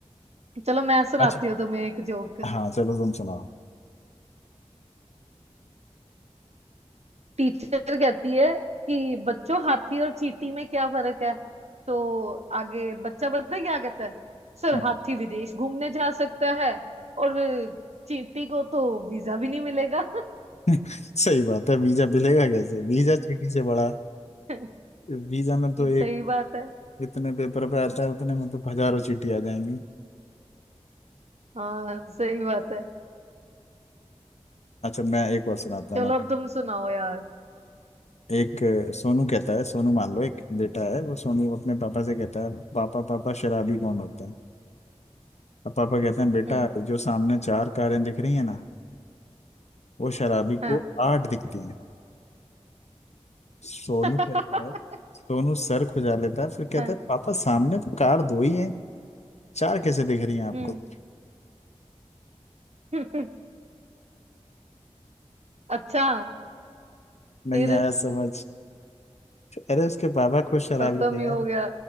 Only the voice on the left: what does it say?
अच्छा
हाँ चलो तुम सुनाओ
हाँ,
सही बात है वीजा मिलेगा कैसे वीजा चीटी से बड़ा
है। वीजा में तो एक
इतने पेपर पे आता है उतने में तो हजारों चीटी आ जाएंगी
अच्छा मैं एक और सुनाता हूँ
ना
एक अ, सोनू कहता है सोनू मान लो एक बेटा है वो सोनू अपने पापा से कहता है पापा पापा शराबी कौन होता है अब पापा कहते हैं बेटा
जो सामने चार कारें दिख रही है ना वो शराबी को
आठ दिखती हैं सोनू
कहता है सोनू सर खुजा लेता है फिर कहता
है पापा सामने तो कार दो ही हैं चार कैसे दिख रही हैं आपको
नहीं
आया समझ अरे उसके पापा खुद शराबी
थे
यार